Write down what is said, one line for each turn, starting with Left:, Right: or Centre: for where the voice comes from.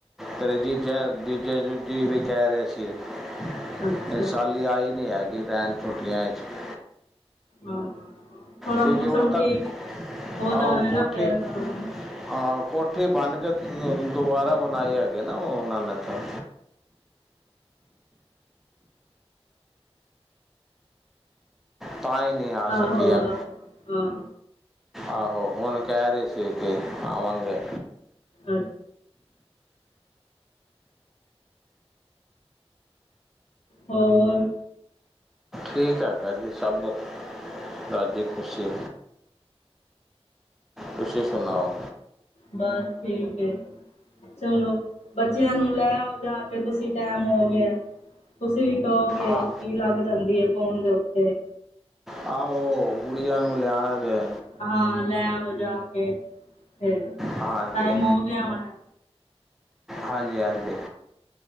Centre: ਤੇਰਾ ਜੀਜਾ - ਜੀਜਾ ਜੀ ਵੀ ਕਹਿ ਰਹੇ
Left: ਅੱਛਾ
Centre: ਸਾਲੀ ਆਈ ਨਹੀਂ ਹੈਗੀ ਰਹਿਣ ਛੁੱਟੀਆਂ 'ਚ।
Left: ਹਾਂ। ਥੋੜਾ
Centre: ਕਿਉਂਕਿ
Left: ਮੌਸਮ
Centre: ਉਹ
Left: ਠੀਕ
Centre: ਤਾਂ
Left: ਹੋ
Centre: ਆਹੋ
Left: ਜਾਵੇ ਨਾ
Centre: ਕੋਠੀ
Left: ਫਿਰ ਆਵਾਂਗੇ।
Centre: ਹਾਂ, ਕੋਠੀ ਬੰਨ ਕੇ ਦੁਬਾਰਾ ਬਣਾਈ ਹੈਗੇ ਨਾ ਉਹਨਾਂ ਨੇ ਤਾਂ। ਤਾਂਹੀ ਨੀ ਆ
Left: ਆਹੋ
Centre: ਸਕਿਆ।
Left: ਹਾਂ
Centre: ਆਹੋ, ਹੁਣ ਕਹਿ ਰਹੀ ਸੀ ਕਿ ਆਵਾਂਗੇ।
Left: ਅੱਛਾ। ਹੋਰ!
Centre: ਠੀਕ ਆ ਜੀ ਸਭ, ਰਾਜ਼ੀ -ਖੁਸ਼ੀ। ਤੁਸੀ ਸੁਣਾਓ।
Left: ਬਸ ਠੀਕ ਏ। ਚਲੋ, ਬੱਚਿਆਂ ਨੂੰ ਲੈ ਆਓ ਜਾ ਕੇ ਤੁਸੀਂ, ਟੈਮ ਹੋ ਗਿਆ। ਤੁਸੀਂ ਵੀ ਕਹੋਗੇ,
Centre: ਹਾਂ
Left: ਕੀ ਲੱਗ ਜਾਂਦੀ ਐ ਫੋਨ ਦੇ ਉੱਤੇ।
Centre: ਆਹੋ ਗੁੜੀਆਂ ਨੂੰ ਲਿਆਣਾ ਜੇ।
Left: ਹਾਂ, ਲੈ ਆਵੋ ਜਾਕੇ ਫਿਰ,
Centre: ਹਾਂਜੀ
Left: ਟਾਈਮ ਹੋਗਿਆ ਹੋਣਾ।
Centre: ਹਾਂਜੀ-ਹਾਂਜੀ।